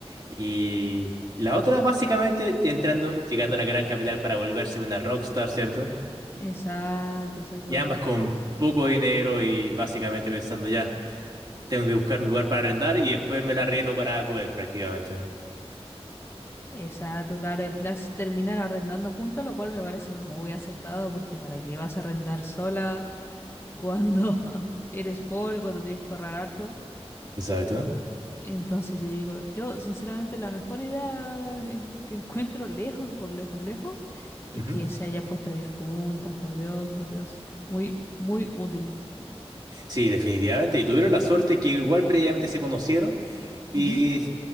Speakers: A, on the right; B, on the left.
A: Y la otra, básicamente, entrando, llegando a la gran capital para volverse una rockstar, ¿cierto?
B: Exacto, exacto.
A: Y ambas con poco dinero y básicamente pensando ya. Tengo que buscar un lugar para arrendar y después me la arreglo para comer prácticamente.
B: Exacto, claro. y Al final se terminan arrendando juntas, lo cual me parece muy acertado porque ¿para qué vas a arrendar sola cuando <laughs> eres pobre, cuando tienes que ahorrar harto?
A: Exacto.
B: Entonces yo digo, yo sinceramente la mejor idea en- que encuentro lejos, por lejos, lejos, es
A: Ujú.
B: que se haya puesto a vivir juntas, por Dios, por Dios. Muy, muy útil.
A: Sí, definitivamente. Y tuvieron la suerte que igual previamente se conocieron y
B: Ujú.